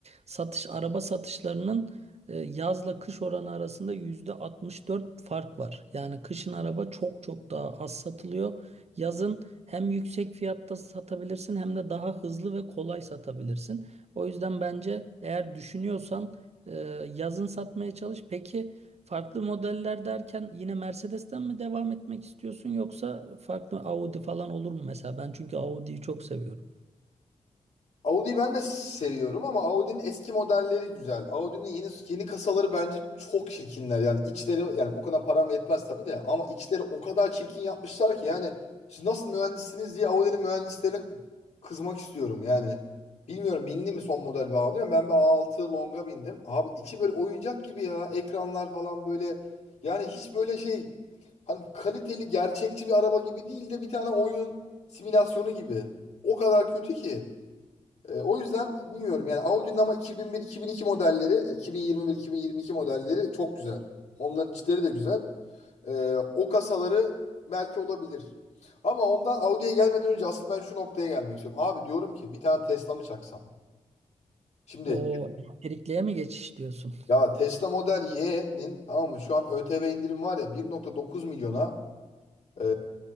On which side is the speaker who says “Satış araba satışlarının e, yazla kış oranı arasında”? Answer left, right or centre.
Right